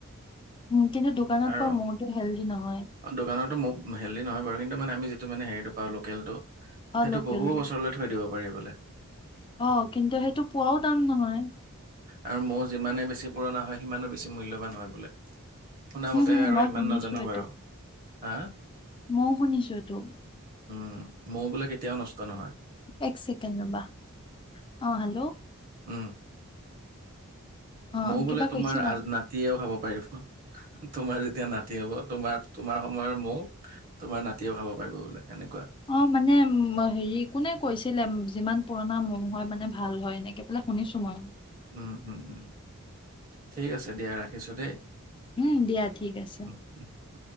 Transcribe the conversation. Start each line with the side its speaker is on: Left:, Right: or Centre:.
Left: উম কিন্তু দোকানত
Right: আৰু
Left: পোৱা মৌ টো হেল্ডি নহয়।
Right: দোকানতো মৌ হেল্ডি নহয় বাৰু কিন্তু মানে আমি যিটো মানে হেৰিটো পাওঁ লোকেলটো
Left: অ'
Right: সেইটোহু
Left: লোকেলটো
Right: বছৰলৈ থৈ দিব কৰিবলৈ।
Left: অ কিন্তু সেইটো পোৱাও টান নহয়।
Right: আৰু মৌ যিমানে বেছি পুৰণা হয় সিমানো বেছি মূল্যবান হয় বোলে, শুনা
Left: হম,
Right: মতেহে
Left: হম,
Right: আৰু
Left: মই
Right: ইমান
Left: শুনিছো
Right: নাজানো
Left: এইটো
Right: বাৰু। হা
Left: ময়ও শুনিছো ইটো।
Right: উম মৌ বোলে কেতিয়াও নষ্ট নহয়।
Left: এক চেকেণ্ড ৰ'বা, অ হেল্ল'।
Right: উম
Left: অ'
Right: ময়ো বোলে
Left: কিবা
Right: তোমাৰ
Left: কৈছিলা?
Right: নাতিয়েও খাব পাৰো। তোমাৰ যেতিয়া নাতি হব তোমাৰ তোমাৰ সময়ৰ মৌ তোমাৰ নাতিয়ে ভাব পাৰিব বোলে। এনেকুৱা।
Left: অ' মানে হেৰি কোনে কৈছিলে যিমান। পুৰণা মম হয় মানে ভাল হয় এনেকে পেলাই শুনিছো মই।
Right: উম-উম-উম ঠিক আছে দিয়া ৰাখিছো দেই।
Left: উম, দিয়া ঠিক আছে।
Right: উম, উম, উম।